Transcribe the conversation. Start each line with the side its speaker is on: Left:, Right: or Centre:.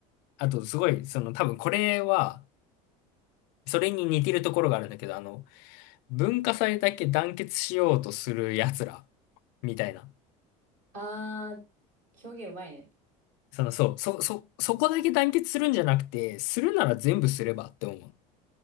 Left: あと、すごい、その、多分これは、それに似てるところがあるんだけど、あの、文化祭だけ団結しようとする奴ら、みたいな。
Right: あー、表現うまいね。
Left: その、そう、そ、そ、そこだけ団結するんじゃなくて、するなら全部すればって思う。